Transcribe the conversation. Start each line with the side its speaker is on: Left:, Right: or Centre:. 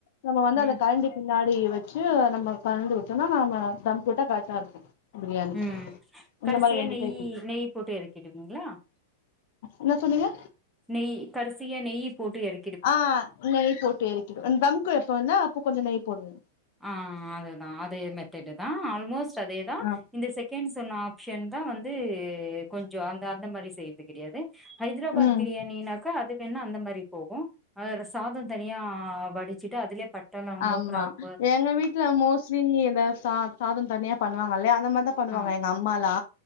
Left: நம்ம வந்து
Centre: ம்
Left: அத கரண்டி பின்னாடி வச்சு நம்ம கலந்து விட்டோனா நாம தம் போட்ட கரட்டா இருக்கு பிரியாணி
Centre: ம்
Left: இந்த
Centre: கடைசியா
Left: மாரி ரெண்டு
Centre: நெய்
Left: டைப் இருக்
Centre: நெய் போட்டு எறக்கிடுவீங்களா
Left: என்ன சொன்னீங்க
Centre: நெய் கடசியா நெய் போட்டு இற
Left: ஆ நெய் போட்டு எரக்கினு தம்க்கு எப்போனா அப்போ கொஞ்சோ நெய் போடுவ
Centre: ஆ அதுதான் அதே மெத்தடு தா ஆல்மோஸ்ட் அதேதா
Left: ஆ
Centre: இந்த செக் கேன் சொன்ன ஆப்ஷன் தா வந்து கொஞ்சோ அந்த அந்த மாரி செய்றது கெடையாது ஹைதராபாத்
Left: ம்
Centre: பிரியாணினாக்கா அதுவேன்னா அந்த மாரி போகு அதுல சாதோ தனியா ஆ வடிச்சிட்டு அதுலயே பட்ட லவங்கோ
Left: ஆமா
Centre: க்ராம்
Left: எங்க வீட்ல மோஸ்லி நீ‌ இந்த சா சாதோ தனியா பண்ணுவாங்கல்ல அத மார்தா பண்ணுவாங்க
Centre: ஆ
Left: எங்க அம்மாலா